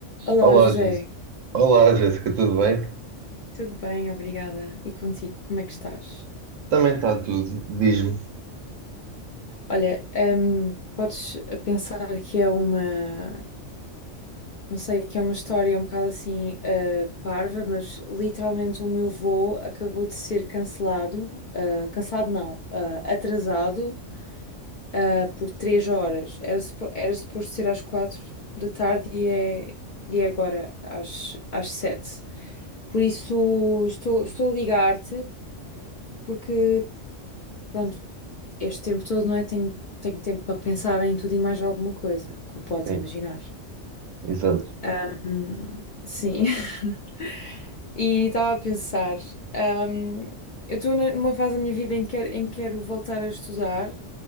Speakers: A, on the left; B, on the right.
A: Olá,
B: Olá,
A: José.
B: Jéssica. Olá, Jéssica, tudo bem?
A: Tudo bem? Obrigada. E contigo, como é que estás?
B: Também está tudo, diz-me.
A: Olha, hum, podes eh, pensar que é uma, não sei, que é uma história um bocado assim, ah, parva, mas literalmente o meu voo acabou de ser cancelado, ah, cancelado não, ah, atrasado, ah, por três horas. Era, supo- era suposto ser às quatro da tarde e é, e é agora às, às sete. Por isso estou, estou a ligar-te porque, pronto, este tempo todo, não é? Tenho, tenho tempo para pensar em tudo e mais alguma coisa, como podes
B: Sim,
A: imaginar.
B: exato.
A: Ahm, sim. <laughs> E estava a pensar, ahm, eu estou na- numa fase da minha vida em que, quero- em que quero voltar a estudar